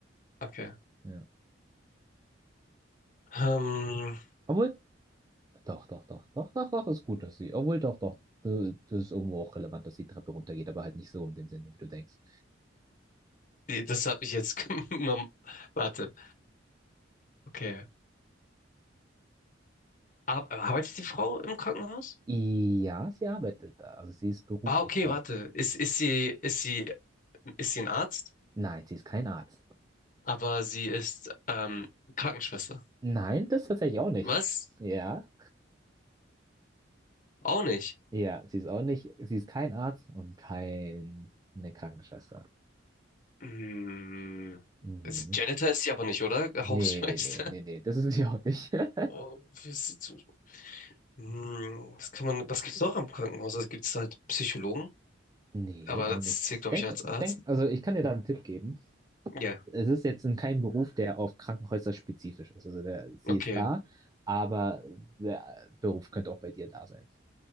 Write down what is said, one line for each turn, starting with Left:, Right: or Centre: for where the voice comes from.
Left: Okay.
Right: Ja.
Left: Ähm,
Right: Obwohl, Doch, doch, doch, doch, doch, doch, ist gut, dass sie. Obwohl, doch, doch, d- das ist irgendwo auch relevant, dass die Treppe runtergeht, aber halt nicht so in dem Sinne, wie du denkst.
Left: das habe ich jetzt <laughs> genommen. Warte. Okay. Ar arbeitet die Frau im Krankenhaus?
Right: Ja, sie arbeitet da. Also sie ist beruflich
Left: Ah, okay,
Right: da.
Left: warte. Ist, ist sie, ist sie, ist sie ein Arzt?
Right: Nein, sie ist kein Arzt.
Left: Aber sie ist ähm, Krankenschwester.
Right: Nein, das tatsächlich auch nicht.
Left: Was?
Right: Ja,
Left: Auch nicht.
Right: ja, sie ist auch nicht. Sie ist kein Arzt und keine Krankenschwester.
Left: Hm.
Right: Mhm.
Left: Also Janitor ist sie aber nicht, oder?
Right: Nee,
Left: Hausmeister.
Right: nee, nee, nee,
Left: <laughs>
Right: nee, das ist sie auch nicht. <laughs>
Left: Oh, wie ist sie zu... Hm, was kann man, was gibt's noch am Krankenhaus? Also gibt es halt Psychologen,
Right: Nee,
Left: aber
Right: auch
Left: das
Right: nicht.
Left: zählt, glaube
Right: Denk,
Left: ich, als Arzt.
Right: denk, also ich kann dir da einen Tipp geben.
Left: Ja,
Right: es ist jetzt in keinem Beruf, der auf Krankenhäuser spezifisch ist. Also der, sie
Left: okay.
Right: ist da, aber der Beruf könnte auch bei dir da sein.